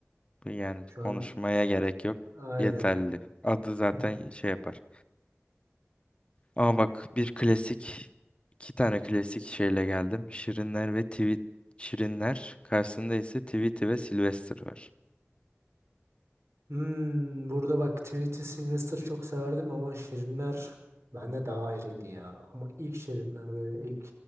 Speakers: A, on the left; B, on the right.
A: Bu Yani
B: Şu
A: konuşmaya
B: an şu,
A: gerek yok.
B: aynen.
A: Yeterli. Adı zaten
B: <laughs>
A: şey yapar. Ama bak bir klasik iki tane klasik şeyle geldim. Şirinler ve Tweet Şirinler karşısında ise Tweety ve Sylvester var.
B: Hmm, burada bak Tweety Sylvester çok severdim ama Şirinler bende daha ayrıydı ya. Ama ilk Şirinler böyle ilk